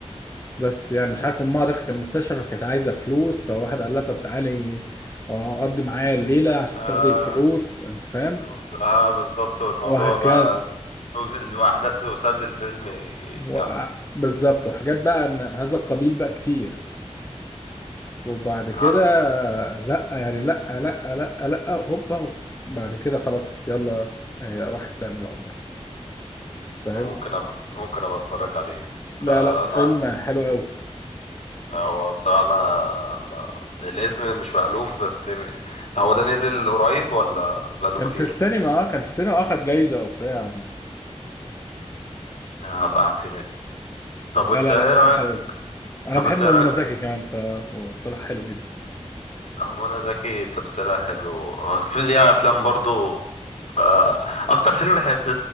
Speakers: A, on the left (about 25°); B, on the left (about 75°).
A: بس يعني مش عارف امها دخلت المستشفى فكانت عايزه فلوس فواحد قال لها طب تعالي آه، اقضي معايا الليله عشان
B: اه
A: تاخدي الفلوس انت فاهم
B: وصل- اه بالظبط والموضوع
A: وهكذا
B: بقى واحداث وسرد الفيلم يكمل
A: و- بالظبط وحاجات بقى من هذا القبيل بقى كتير وبعد كده
B: ها،
A: لا يعني لا لا لا لا هوبا هوب. بعد كده خلاص يلا هي راحت تعمل عمرة فاهم
B: ممكن أب... ممكن ابقى اتفرج عليه
A: لا
B: فانا
A: لا فيلم حلو قوي
B: هو بصراحة انا ما... الاسم مش مألوف بس هو ده نزل قريب ولا بقاله
A: كان
B: كتير
A: في السينما اه كان في السينما آه، خد جايزة وبتاع
B: هبقى اعتمد طب
A: لا
B: انت
A: لا
B: ايه
A: لا فيلم
B: رأيك
A: حلو قوي انا
B: طب
A: بحب
B: انت
A: منى
B: ايه رأيك
A: زكي كمان فهو بصراحة حلو جدا
B: منى زكي تمثيلها حلو في ليها افلام برضو آه، اكتر فيلم بحب